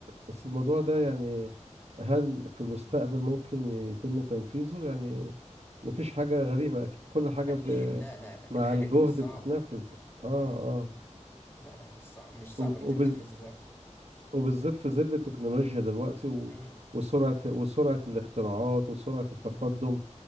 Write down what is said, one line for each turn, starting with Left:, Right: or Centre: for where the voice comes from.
Right: بس الموضوع ده يعني هل في المستقبل ممكن يتم تنفيذه يعني مفيش حاجة غريبة أكيد كل حاجة
Left: اكيد
Right: ب...
Left: لا لا لا
Right: مع
Left: الحاجات
Right: الجهد
Left: دي مش صعبه
Right: بتتنفذ اه اه
Left: مم. لا لا مش صعب مش صعب
Right: وب-
Left: ان انت
Right: وبز...
Left: تنفذ دلوقتي
Right: وبالذات في ظل التكنولوجيا دلوقتي و...
Left: مم.
Right: وسرعة وسرعة الاختراعات وسرعة التقدم
Left: مم.